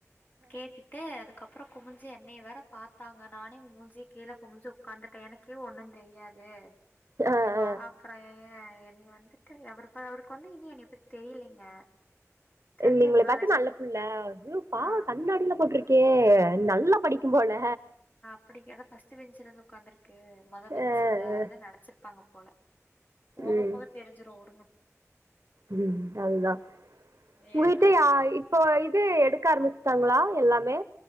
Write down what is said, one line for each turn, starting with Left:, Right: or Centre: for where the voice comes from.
Left: கேட்டு ட்டு அதுக்கப்புறம் குமிஞ்சி என்னை வேற பார்த்தாங்க நானே மூஞ்ச கீழ குமிஞ்சு உட்காந்துட்டேன் எனக்கே ஒன்னும் தெரியாது
Right: ஆ ஆ
Left: இது ஏமா
Right: ஆ
Left: அ ற ஏன் இனி வந்துட்டு அவருக்கு அவருக்கு வந்து இனி என்னப் பத்தி தெரியலைங்க தெரிஞ்ச
Right: நீங்கள
Left: இந்த
Right: பாத்தா
Left: வேலைக்குள்ள
Right: நல்ல
Left: கு-
Right: புள்ள பா
Left: ஆ
Right: வாவ் கண்ணாடியலாம் போட்ருக் கே நல்லா படிக்கும்போல
Left: அப்டி அதா ஃபர்ஸ்ட் பெஞ்சுல வந்து உக்காந்துருக்கு மொத பெஞ்ச்ல
Right: ஆ ஆ
Left: அதா நினச்சிருப்பாங்க போல போக
Right: ம்
Left: போக தெரிஞ்சிரும் வுடுங்க
Right: ம் அதுதா உங்ககிட்ட
Left: ஏன்டா
Right: யா இப்போ இது எடுக்க ஆரம் பிச்சாங்ளா எல்லாமே